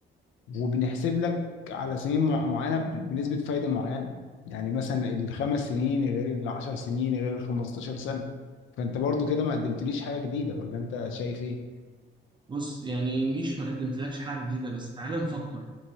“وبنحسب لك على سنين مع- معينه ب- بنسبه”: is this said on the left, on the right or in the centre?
Left